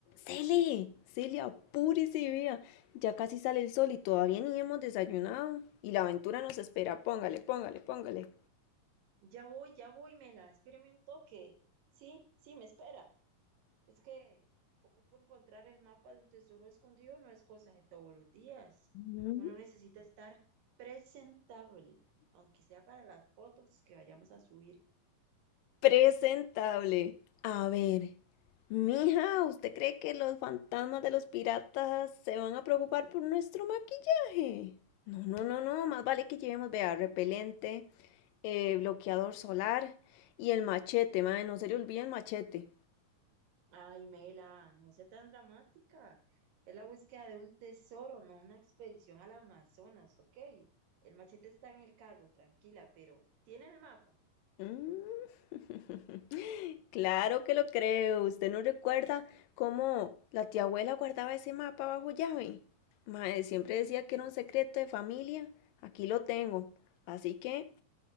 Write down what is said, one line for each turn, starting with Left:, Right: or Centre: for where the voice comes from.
Left: Cele, Cele, apúrese, vea. Ya casi sale el sol y todavía ni hemos desayunado. Y la aventura nos espera. Póngale, póngale, póngale.
Right: Ya voy, ya voy, Mela, espérame un toque. Sí, sí, me espera. Es que ocupo encontrar el mapa de un tesoro escondido, no es cosa de todos los días.
Left: Mm.
Right: Uno necesita estar presentable, aunque sea para las fotos que vayamos a subir.
Left: Presentable. A ver, mija, ¿usted cree que los fantasmas de los piratas se van a preocupar por nuestro maquillaje? No, no, no, no. Más vale que llevemos, vea, repelente, eh, bloqueador solar y el machete, madre. No se le olvide el machete.
Right: Ay, Mela, no sea tan dramática. Es la búsqueda de un tesoro, no una expedición al Amazonas, ¿ok? El machete está en el carro, tranquila, pero ¿tiene el mapa?
Left: Mm, <laughs> Claro que lo creo. ¿Usted no recuerda cómo la tía abuela guardaba ese mapa bajo llave? Mae, siempre decía que era un secreto de familia. Aquí lo tengo. Así que